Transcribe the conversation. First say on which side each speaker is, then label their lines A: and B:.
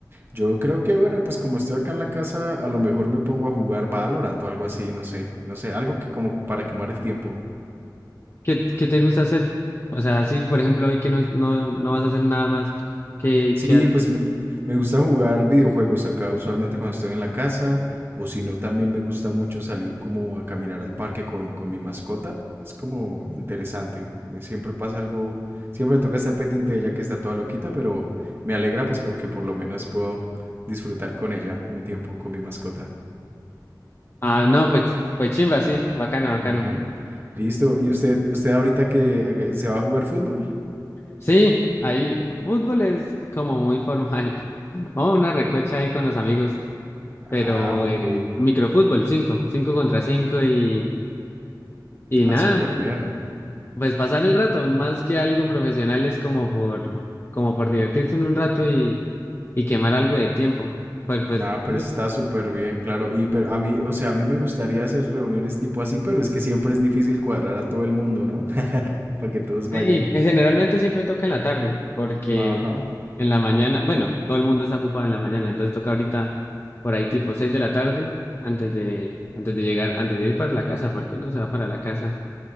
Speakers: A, on the right; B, on the left.
A: Yo creo que, bueno, pues como estoy acá en la casa, a lo mejor me pongo a jugar Valorant o algo así, no sé. No sé, algo que como para quemar el tiempo.
B: ¿Qué, qué te gusta hacer? O sea, sí, por ejemplo, hoy que no, no, no vas a hacer nada más, ¿qué,
A: Sí,
B: qué haces?
A: pues me, me gusta jugar videojuegos acá usualmente cuando estoy en la casa o si no también me gusta mucho salir como a caminar al parque con, con mi mascota. Es como interesante. eh, Siempre pasa algo, siempre me toca estar pendiente de ella que está toda loquita, pero me alegra pues porque por lo menos puedo disfrutar con ella un tiempo con mi mascota.
B: Ah, no, pues, pues chimba, sí, bacano, bacano.
A: Ujú. Listo. ¿Y usted, usted ahorita que que se va a jugar fútbol?
B: Sí, ahí fútbol es como muy formal. <laughs> Vamos a una recocha ahí con los amigos,
A: Ah,
B: pero
A: ok.
B: en microfútbol, cinco, cinco contra cinco y, y
A: Ah,
B: nada,
A: súper bien.
B: pues pasar el rato, más que algo profesional es como por, como por divertirse en un rato y, y quemar algo de tiempo. Pues, pues,
A: Nada,
B: yo-
A: pero está súper bien, claro. Y pero a mí, o sea, a mí me gustaría hacer reuniones tipo así, pero es que siempre es difícil cuadrar a todo el mundo, ¿no? <laughs> Para que todos
B: sí,
A: vayan.
B: generalmente siempre toca en la tarde, porque
A: Ajá.
B: en la mañana, bueno, todo el mundo está ocupado en la mañana, entonces toca ahorita por ahí tipo 6 de la tarde, antes de, antes de llegar, antes de ir para la casa, porque uno se va para la casa